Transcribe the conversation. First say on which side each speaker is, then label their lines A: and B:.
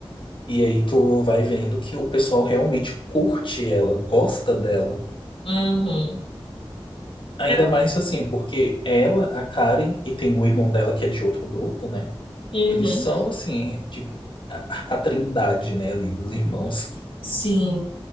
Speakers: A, on the left (about 55°); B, on the left (about 80°).
A: E aí tu vai vendo que o pessoal realmente curte ela, gosta dela.
B: uhum.
A: Ainda
B: É por...
A: mais, assim, porque ela, a Karen, e tem o irmão dela que é de outro grupo, né?
B: Uhum.
A: Eles são, assim, de- a a trindade, né, ali dos irmãos.
B: Sim,